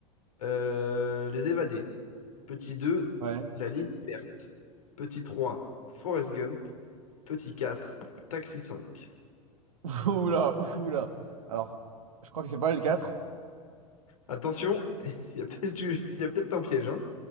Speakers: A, on the left; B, on the right.
A: euh, Les Évadés. Petit 2,
B: Ouais.
A: La Ligne verte. Petit 3, Forrest Gump. Petit 4, Taxi 5.
B: <laughs> Oula, oula. Alors, je crois que c'est pas le quatre
A: Attention, <laughs> il y a peut-être eu- il y a peut-être un piège, hein.